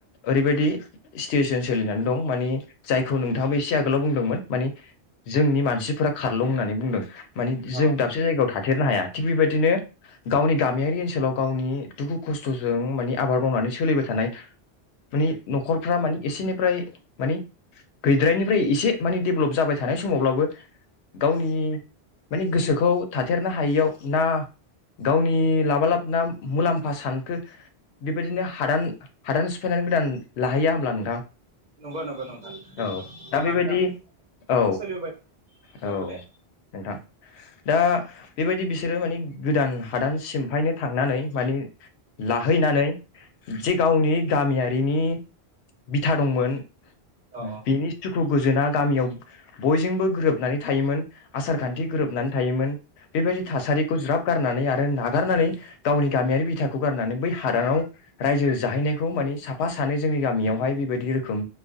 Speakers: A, on the left (about 80°); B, on the right (about 50°).
A: ओरैबायदि सिटुवेसन सोलिनानै दं मानि जायखौ नोंथाङाबो एसे आगोलाव बुंदोंमोन नि जोंनि मानसिफोरा खारलुं' होननानै बुंदों। मानि जों
B: औ
A: दाबसे जायगायाव थाथेरनो हाया। थिग बेबायदिनो गावनि गामियारि ओनसोलाव गावनि दुखु खस्थ'जों माने आबाद मावनानै सोलिबाय थानाय। माने न'खरफ्रा माने एसेनिफ्राय माने गैद्रायनिफ्राय एसे माने डेभेलप जाबाय थानाय समावब्लाबो गावनि
B: औ
A: माने गोसोखौ थाथेरनो हायियाव ना गावनि लाबा लाब ना मुलाम्फा सानखो बेबायदिनो हादान हादान। सिफायनानै गोदान लाहैया होनब्ला नोंथां?
B: नंगौ नंगौ नोंथां
A: औ
B: नंगौ
A: दा बेबायदि
B: बान्दा
A: औ
B: दाबो सोलिबोबाय बेफोर
A: औ
B: हुदाया।
A: नोंथां दा बेबायदि बिसोरो माने गोदान हादान सिमफायनो थांनानै माने लाहैनानै जे गावनि गामियारिनि बिथा दंमोन।
B: औ औ
A: बिनि <unintelligible> गोजोना गामियाव बयजोंबो गोरोबनानै थायोमोन आसार खान्थि
B: औ
A: गोरोबनानै थायोमोन। बेबायदि थासारिखौ
B: औ
A: ज्राब गारनानै आरो नागारनानै गावनि गामियारि बिथाखौ गारनानै बै हादानाव रायजो जाहैनाय। खौ माने साफा सानै जोंनि गामियावहाय बेबायदि रोखोम